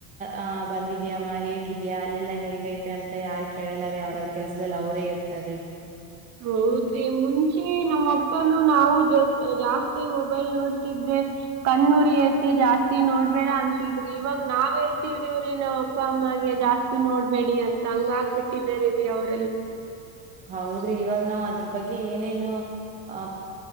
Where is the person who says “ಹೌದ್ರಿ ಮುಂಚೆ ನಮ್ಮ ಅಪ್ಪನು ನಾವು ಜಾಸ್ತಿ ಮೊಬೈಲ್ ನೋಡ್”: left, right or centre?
Right